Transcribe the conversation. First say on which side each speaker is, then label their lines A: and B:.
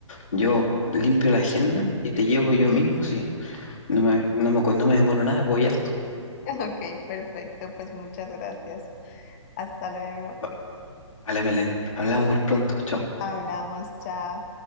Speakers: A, on the left (about 85°); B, on the left (about 30°).
A: Yo limpio la agenda y te llevo yo mismo, sí. No me, no me, cu- no me demoro nada, voy harto.
B: Ok, perfecto. Pues muchas gracias. Hasta luego.
A: Va- Vale, Melanie, hablamos muy pronto, chao.
B: Hablamos. Chao.